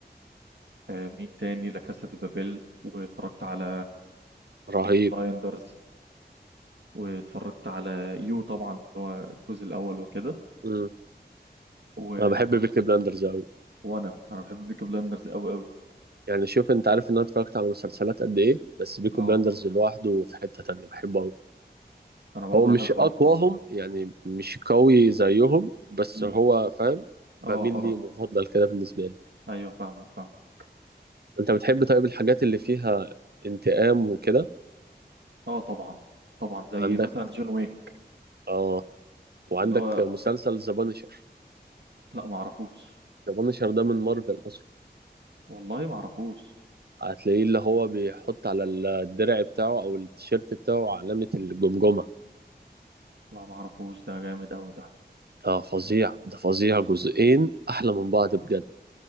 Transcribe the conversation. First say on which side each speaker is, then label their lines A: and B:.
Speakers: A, on the right; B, on the right.
A: آه مين تاني لا كاسا دي بابيل واتفرجت على
B: رهيب
A: بيكي بلايندرز واتفرجت على يو طبعا اللي هو الجزء الأول وكده
B: مم.
A: واتفرجت
B: انا بحب بيكي بلاندرز اوي
A: وأنا أنا بحب بيكي بلايندرز أوي أوي
B: يعني شوف انت عارف ان انا اتفرجت على مسلسلات قد ايه بس بيكي
A: اه
B: بلاندرز لوحده في حتة تانية بحبه اوي
A: أنا برضو
B: هو مش
A: بحبه
B: اقواهم
A: أوي بصراحة
B: يعني مش قوي زيهم بس
A: مم.
B: هو فاهم بميل
A: اه اه
B: ليه مفضل كده بالنسبة لي
A: أيوه فاهمك فاهمك
B: أنت بتحب طيب الحاجات اللي فيها انتقام وكده
A: اه طبعا طبعا زي
B: عندك
A: مثلا جون ويك
B: آه وعندك
A: اللي هو
B: مسلسل ذا بانشر
A: لا ما اعرفوش
B: ذا بانشر ده من مارفل أصلا
A: والله ما اعرفوش
B: هتلاقيه اللي هو بيحط على الدرع بتاعه أو التيشيرت بتاعه علامة الجمجمة
A: لا ما اعرفوش ده جامد قوي ده
B: ده فظيع ده فظيع جزئين أحلى من بعض بجد